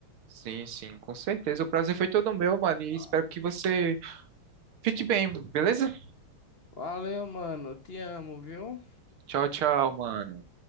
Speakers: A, on the right; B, on the left.
A: Sim, sim, com certeza. O prazer foi todo meu, mano. E
B: Ah,
A: espero que você fique bem, beleza?
B: Valeu, mano. Te amo, viu?
A: Tchau, tchau, mano.